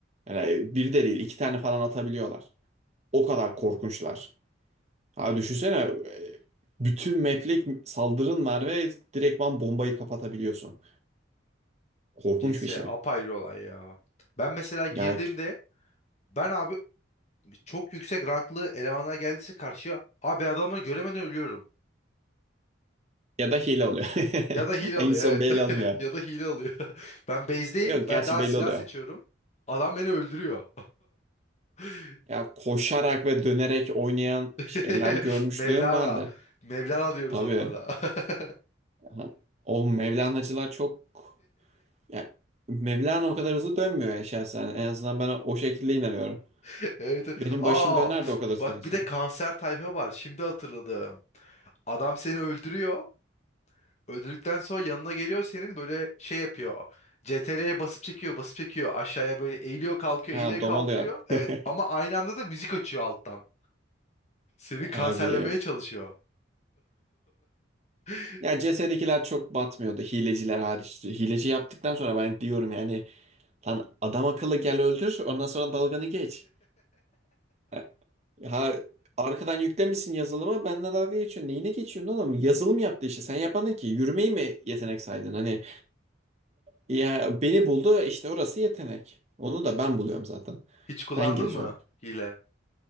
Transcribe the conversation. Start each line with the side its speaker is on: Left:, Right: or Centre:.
Right: Yani e, bir de değil iki tane falan atabiliyorlar. O kadar korkunçlar. Ha düşünsene e, bütün map'lik saldırın var ve direktman bombayı kapatabiliyorsun. Korkunç
Left: CS
Right: bir şey.
Left: apayrı olay ya. Ben mesela girdiğimde
Right: Ya
Left: ben abi çok yüksek ranklı elemanlar geldiyse karşıya abi ben adamları göremeden ölüyorum.
Right: ya da hile oluyor. <laughs>
Left: Ya da hile
Right: Hangisi
Left: alıyor evet.
Right: o belli olmuyor.
Left: <laughs> Ya da hile alıyor. <laughs> Ben base'deyim.
Right: Yok
Left: Ben
Right: gerçi
Left: daha
Right: belli
Left: silah
Right: oluyor.
Left: seçiyorum. Adam beni öldürüyor. <laughs>
Right: Ya koşarak ve dönerek oynayan
Left: <laughs>
Right: şeyler görmüşlüğüm
Left: Mevlana.
Right: vardı.
Left: Mevlana diyoruz
Right: Tabii.
Left: onlara. <laughs>
Right: Ha, O Mevlana'cılar çok... ya Mevlana o kadar hızlı dönmüyor ya şahsen. En azından ben o şekilde inanıyorum.
Left: Evet. evet.
Right: Benim
Left: Aa,
Right: başım döner de o kadar
Left: bak
Right: hızlı dönse.
Left: bir de kanser tayfa var. Şimdi hatırladım. Adam seni öldürüyor. Öldürdükten sonra yanına geliyor senin böyle şey yapıyor. CTRL'ye basıp çekiyor, basıp çekiyor. Aşağıya böyle eğiliyor, kalkıyor,
Right: Ha
Left: eğiliyor,
Right: domalıyor.
Left: kalkıyor. Evet
Right: <laughs>
Left: ama aynı anda da müzik açıyor alttan. Seni
Right: Abi.
Left: kanserlemeye çalışıyor. <laughs>
Right: Ya CS'dekiler çok batmıyordu. Hileciler hariç. Hileci yaptıktan sonra ben diyorum yani lan adam akıllı gel öldür ondan sonra dalganı geç. Ha, ha, arkadan yüklemişsin yazılımı benimle dalga geçiyorsun. Neyine geçiyorsun oğlum? Yazılım yaptı işte. Sen yapanın ki yürümeyi mi yetenek saydın? Hani ya beni buldu işte orası yetenek. Onu da ben buluyorum zaten.
Left: Hiç kullandın
Right: Ben geziyorum.
Left: mı hile?